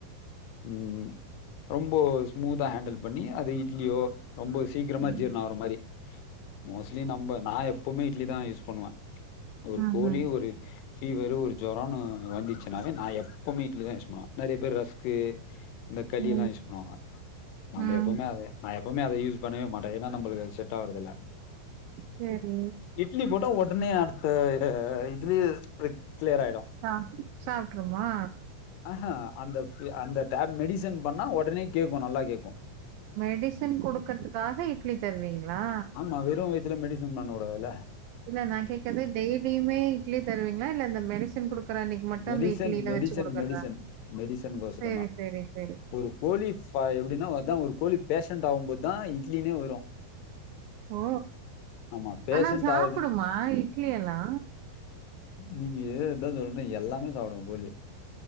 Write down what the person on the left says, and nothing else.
ம் ரொம்ப ஸ்மூதா ஹேண்டல் பண்ணி அது இட்லியோ ரொம்ப சீக்கிரமா
ஜீர்ண ஆகுற மாரி மோஸ்ட்லி நம்ப நா எப்பவுமே இட்லி தா யூஸ் பண்ணுவே ஒரு
கோழியு ஒரு ஃபீவரு ஒரு ஜொரோனு வ வந்துச்சுன்னாவே நா எப்பவுமே இட்லி தா யூஸ் பண்ணுவ நெறையா பேரு ரஸ்கு இந்த கலி
எல்லா யூஸ் பண்ணுவாங்க நம்ம
எப்பவுமே அதுதா நா எப்பவுமே அத யூஸ் பண்ணவே மாட்டே ஏனா நம்மளுக்கு அது செட் ஆவறதில்ல
இட்லி போட்டா ஒடனே அடுத்த இத இது ல க்ளியர் ஆகிடு
ஆகா அந்த அந்த டேப் மெடிசன் பண்ணா உடனே கேக்கு நல்லா கேக்கு
<unintelligible> இல்ல மெடிசன் பண்ண விடாதுல்ல
மெடிசன்
மெடிசன்
மெடிசன் மெடிசனுக்கோசரந்தா
ஒரு கோழி ப எப்டினா வருதா ஒரு கோழி பேஷன்டாகும்போதுதா இட்லினே வரு
ஆமா பேஷண்ட்
ஆகுது
நீங்க இதா சொல்றே எல்லாமே சாப்டுங்க கோழி